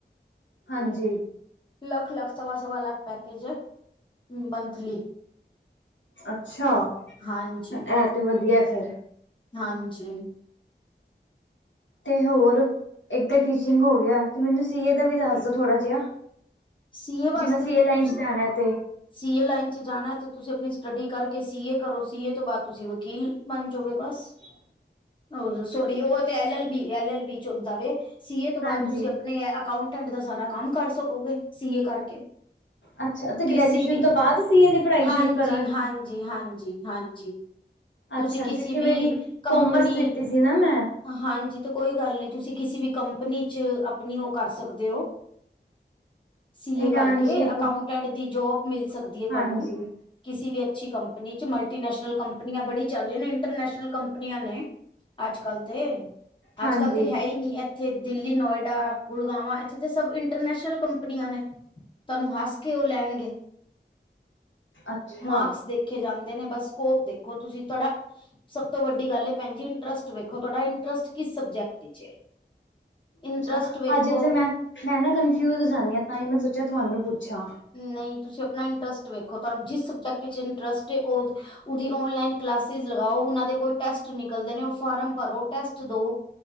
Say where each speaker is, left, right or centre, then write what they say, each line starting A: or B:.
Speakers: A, on the left; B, on the left.
A: ਹਾਂਜੀ।
B: ਲੱਖ-ਲੱਖ, ਸਵਾ-ਸਵਾ ਲੱਖ ਪੈਕੇਜ ਹੈ। ਮੰਥਲੀ
A: ਅੱਛਾ।
B: ਹਾਂਜੀ
A: ਇਹ ਤੇ ਵਧੀਆ ਫ਼ਿਰ
B: ਹਾਂਜੀ।
A: ਤੇ ਹੋਰ, ਇੱਕ ਤਾਂ ਟੀਚਿੰਗ ਹੋ ਗਿਆ, ਤੇ ਮੈਨੂੰ ਸੀਏ ਦਾ ਵੀ ਦੱਸ ਦੋ ਥੋੜਾ ਜਿਹਾ
B: ਸੀਏ ਵਾਸਤੇ
A: ਜਿਵੇ ਸੀਏ
B: ਤਾਂ
A: ਲਾਈਨ
B: ਤੁਸੀਂ
A: ਚ ਜਾਣਾ ਤੇ
B: ਸੀਏ ਲਾਈਨ ਚ ਜਾਣਾ ਤੇ ਤੁਸੀਂ ਆਪਣੀ ਸਟੱਡੀ ਕਰਕੇ ਸੀ ਏ ਕਰੋ, ਸੀ ਏ ਤੋਂ ਬਾਅਦ ਤੁਸੀਂ ਵਕੀਲ ਬਣ ਜੋ ਗੇ ਬੱਸ।
A: <unintelligible>
B: ਹਾਂਜੀ, ਸੋਰੀ ਉਹ ਤੇ L -L B, L L B ਚ ਹੁੰਦਾ ਵੇ। ਸੀ ਏ ਤੋਂ
A: ਹਾਂਜੀ।
B: ਬਾਅਦ ਤੁਸੀਂ ਆਪਣੇ ਅਕਾਊਂਟੈਂਟ ਦਾ ਸਾਰਾ ਕੰਮ ਕਰ ਸਕੋਗੇ, ਸੀ ਏ ਕਰਕੇ
A: <inaudible> ਅੱਛਾ,। ਤੇ
B: ਕਿਸੀ
A: ਗ੍ਰੈਜੂਏਸ਼ਨ
B: ਵੀ
A: ਤੋਂ ਬਾਅਦ ਸੀਏ ਦੀ ਪੜ੍ਹਾਈ
B: ਹਾਂਜੀ
A: ਸ਼ੁਰੂ ਕਰਾ।
B: ਹਾਂਜੀ ਹਾਂਜੀ ਹਾਂਜੀ ਤੁਸੀਂ
A: ਅੱਛਾ,
B: ਕਿਸੀ
A: ਕਿਉਂਕਿ
B: ਵੀ
A: ਮੇਰੀ
B: ਕੰਪਨੀ
A: ਕੋਮਰਸ ਲਿੱਤੀ ਸੀ ਨਾ ਮੈਂ।
B: ਹਾਂਜੀ ਤੇ ਕੋਈ ਗੱਲ ਨੀ ਤੁਸੀਂ ਕਿਸੀ ਵੀ ਕੰਪਨੀ 'ਚ ਆਪਣੀ ਓ ਕਰ ਸਕਦੇ ਓ। ਸੀਏ
A: ਇੰਟਰਨਸ਼ਿਪ
B: ਕਰਕੇ, ਅਕਾਉਟੈਂਟ ਦੀ ਜੋਬ ਮਿਲ ਸਕਦੀ ਏ ਤੁਆਨੂੰ।
A: ਹਾਂਜੀ
B: ਕਿਸੀ ਵੀ ਅੱਛੀ ਕੰਪਨੀ 'ਚ। ਮਲਟੀਨੈਸ਼ਨਲ ਕੰਪਨੀਆਂ ਬੜੀ ਚੱਲ ਰੀਆ ਨੇ, ਇੰਟਰਨੈਸ਼ਨਲ ਕੰਪਨੀਆਂ ਨੇ ਅੱਜ-ਕੱਲ ਤੇ,
A: ਹਾਂਜੀ
B: ਅੱਜ- ਕੱਲ ਤੇ ਹੈ ਈ ਨੀ ਏਥ - ਏਥੇ ਦਿੱਲੀ, ਨੋਇਡਾ, ਗੁੜਗਾਵਾਂ ਏਥੇ ਤੇ ਸਬ ਇੰਟਰਨੈਸ਼ਨਲ ਕੰਪਨੀਆਂ ਨੇ। ਤੁੁਆਨੂੰ ਹੱਸ ਕੇ ਓ ਲੈਣਗੇ।
A: ਅੱਛਾ
B: ਮਾਰਕਸ ਦੇਖ ਰੱਖੇ ਜਾਂਦੇ ਨੇ, ਬਸ ਸਕੋਪ ਦੇਖੋ ਤੁਸੀਂ। ਤੁਆਡਾ ਸਭ ਤੋਂ ਵੱਡੀ ਗੱਲ ਏ ਭੈਣ ਜੀ ਇੰਟਰਸਟ ਵੇਖੋ, ਤੁਆਡਾ ਇੰਟਰਸਟ ਕਿਸ ਸਬਜੈਕਟ 'ਚ ਏ, ਇੰਟਰਸਟ
A: ਅੱਛਾ
B: ਵੇਖੋ।
A: ਹਜੇ ਤੇ ਮੈਂ ਮੈਂ ਨਾ ਕਨਫਿਊਜ ਹੋ ਜਾਂਣੀ ਆਂ, ਤਾਂਈੰ ਮੈਂ ਸੋਚਿਆ ਤੁਆਨੂੰ ਪੁੱਛਾਂ।
B: ਨਈ ਤੁਸੀਂ ਆਪਣਾ ਇੰਟਰਸਟ ਵੇਖੋ, ਤੁਆਨੂੰ ਜਿਸ ਸਬਜੈਕਟ ਵਿੱਚ ਇੰਟਰਸਟ ਏ, ਓ- ਉਦੀ ਓਨਲਾਈਨ ਕਲਾਸਿਜ ਲਗਾਓ, ਓਨਾ ਦੇ ਕੋਈ ਟੈਸਟ ਨਿਕਲਦੇ ਨੇ, ਓ ਫਾਰਮ ਭਰੋ ਟੈਸਟ ਦੋ।